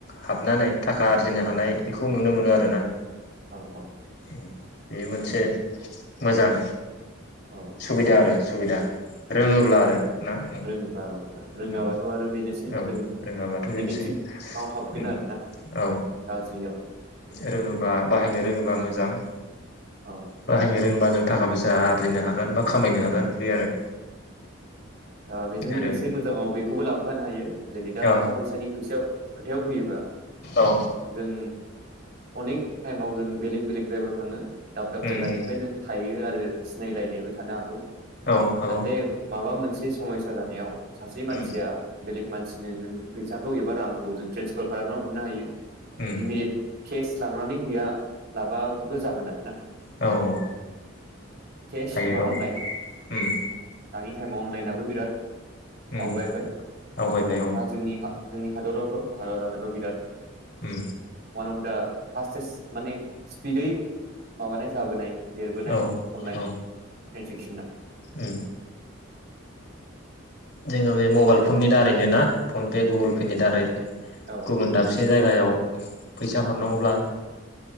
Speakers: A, on the left; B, on the right.
A: हाबनानै थाखा आरजिनो हानाय
B: औ
A: बेखौ नुनो मोनो आ रोना
B: औ औ
A: <inaudible> बेयो मोनसे मोजां
B: औ
A: सुबिदा आरो सुबिदा रोङोब्ला
B: बिदिनो औ
A: आरो ना उम
B: रोङोबा औ रोङाबाथ'
A: उम
B: आरो बेनोसै
A: औ
B: जों
A: रोङाबाथ' बेनोसै
B: नेगेटिभआव हाबगोन
A: उम
B: आरोना
A: औ
B: गाज्रियाव
A: रोङोबा बाहायनो रोङोबा मो जां
B: औ
A: बाहायनो जों माजों थाखा फैसा आरजिनो हागोन बा खामायनो हागोन बे आरो
B: दा बेजों
A: आरो
B: लोगोसे मोजाङाव बेखौबो लाबोफानो हायो जेरै दा
A: औ
B: थाखा फैसानि फैसायाव खोथायाव फैयोबा
A: औ
B: जों अनेक टाइमाव जों बेलेग बेलेग जायगायाव थाङो दाब दाब
A: उम
B: जायगानिफ्राय
A: उम
B: जों थायो आ जेरै सिनायलायनायबो थानो हागौ जाहाथे
A: औ हागौ
B: माबा मोनसे फैसा जानायाव सासे मानसिया
A: उम
B: बेलेग मानसि बिदिनो जों फैसाखौ एबा रांखौ जों ट्रेन्सफार खालामना हरनो हायो।
A: उम
B: इमिडेट केस लांनानै हैया लाबाबो जागोन आरो ना
A: औ औ
B: केस
A: हायो
B: एबा
A: औ
B: अनलाइन
A: उम
B: दानि ताइमाव अनलाइनाबो दा
A: उम
B: आवगायबाय आरो
A: आवगायबाय औ
B: आ जोंनि जोंनि हादरावथ' भारत हादराव बिराद
A: उम
B: उवान अफ दा <unintelligible> माने स्पिदै माबानाय जाबोनाय देरबोनाय
A: औ
B: अनलाइन
A: औ
B: ट्रेन्जेकसना
A: उम जोङो बे मबाइल फननि दारैनो ना फन पे गुगोल पे नि दारै
B: औ
A: गुबुन दाबसे जायगायाव फैसा हरनांगौब्ला